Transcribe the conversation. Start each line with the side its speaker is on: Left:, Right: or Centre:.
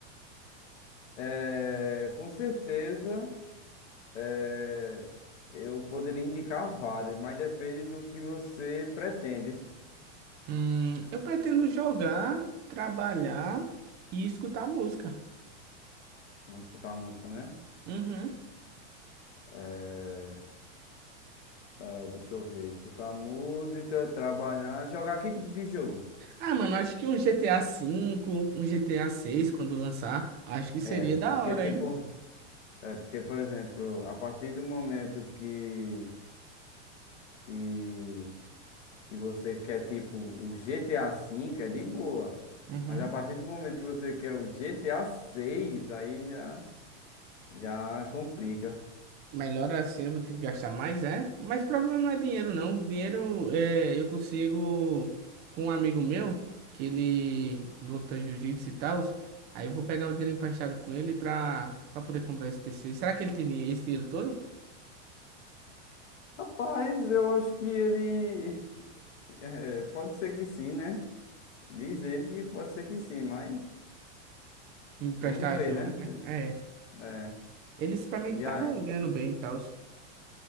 Left: É, com certeza, é, eu poderia indicar várias, mas depende do que você pretende.
Right: Hum, eu pretendo jogar, trabalhar e escutar música.
Left: Vamos escutar a música, né?
Right: Uhum.
Left: É, é, deixa eu ver, escutar música, trabalhar, jogar que tipo de jogo?
Right: Ah, mano, acho que um GTA V, um GTA VI, quando lançar, acho que seria
Left: É,
Right: da
Left: porque
Right: hora,
Left: tipo,
Right: hein?
Left: é porque, por exemplo, a partir do momento que, que e você quer tipo o GTA V, é de boa.
Right: Uhum.
Left: Mas a partir do momento que você quer o GTA seis aí já, já complica.
Right: Melhor assim, eu vou ter que gastar mais, é? Mas o problema não é dinheiro, não. Dinheiro é, eu consigo com um amigo meu, que ele luta jiu-jitsu e tal. Aí eu vou pegar o dinheiro emprestado com ele pra, pra poder comprar esse PC. Será que ele tem dinhe- esse dinheiro todo?
Left: Rapaz, eu acho que ele. <laughs> é, pode ser que sim, né? Diz ele que pode ser que sim, mas
Right: Emprestar
Left: vamos ver,
Right: juros,
Left: né?
Right: né?
Left: Se-
Right: É.
Left: É,
Right: Ele disse pra mim que
Left: e
Right: tava
Left: aí,
Right: ganhando bem e tal.